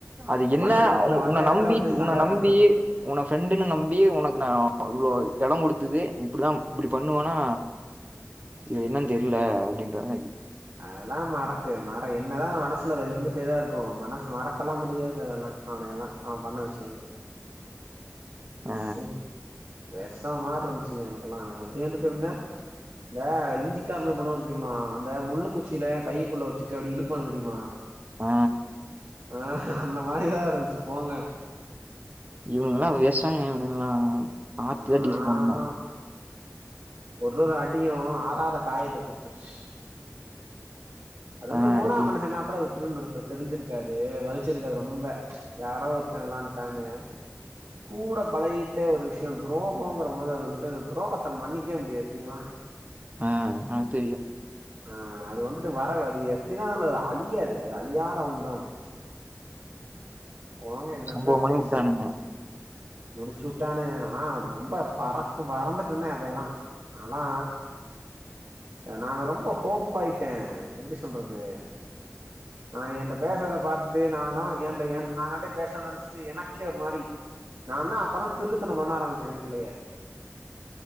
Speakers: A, on the right; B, on the right.
A: அது என்ன
B: வந்த நேரத்துல
A: அவுங்
B: வந்த
A: உன
B: எடத்துல
A: நம்பிட்
B: வந்து சங்கடப்படுத்த
A: உன நம்பி உன ஃப்ரெண்டுனு நம்பி உனக்கு நா இவ்ளோ எடங் குடுத்தது இப்புடிதாம் இப்டி பண்ணுவேனா என்னன் தெரில அப்டின்ற மேரி
B: அதலா மறக்கு மற என்னதா அவ மனசுல அத இருந்துட்டேதா இருக்கு மனசு மறக்கலாம் முடியாது அதெல்லா அவனயெல்லா அவ பண்ண விஷ்யலா
A: அ
B: சே வெஷமார்ருஞ்சுங்க எனக்கெலா அப்டி இந்துட்டு எப்டினா இந்த இந்திக்காரனுங்க பண்ணுவான் தெரிமா அந்த முள்ளுக்குச்சில கைகுள்ள வச்சுட்டு அப்டி இழுப்பானு தெரியுமா
A: அ
B: ஆ அந்த மாரிதா இருஞ்சு போங்க
A: இவனுகல்லா வேஸ்ட் <unintelligible> இவனுகல்லா பாத்துதா
B: ஆமா
A: டீல் பண்ணு
B: ஒரு ஒரு அடியு ஆராத காயத்த குடுத்துருச்சு அதாது
A: ஆ
B: மூணாம்
A: எப்படி?
B: மனுஷன்னா கூட ட்ருந்துருக்கு தெரிஞ்சிருக்காது வலிச்சிருக்காது ரொம்ப யாரா ஒருத்தன் விளான்ட்டான்னு கூட பழகிட்டே ஒரு விஷயம் துரோகம்ங்ற போது அது வந்துட்டு அத துரோகத்த மன்னிக்கவே முடியாது தெரிமா
A: ஆ அ தெரியு
B: ஆ அது வந்துட்டு வர அது எப்டிதா அந்த அழியாது அது அழியாத ஒண்ணுதா அது போங்க என்னத்த
A: சம்பவம் பண்ணி
B: பேசி
A: விட்டானுங்க
B: முடிச்சு உட்டான்னுக ஆனா ரொம்ப பறக்கு பறந்துட்டு இருந்தேன் அப்ப எல்லாம் நாலா ச நானு ரொம்ப ஹோப் ஆயிட்டேன் எப்டி சொல்றது நா என்ட பேசறத பாத்துட்டு நா தா என்ட என் நாகான்டி பேசறனு நெனச்சு சி எனக்கே ஒரு மாறி நா லா அப்பதா திருட்டுத்தணம் பண்ண ஆரம்பிச்சே வீட்லயே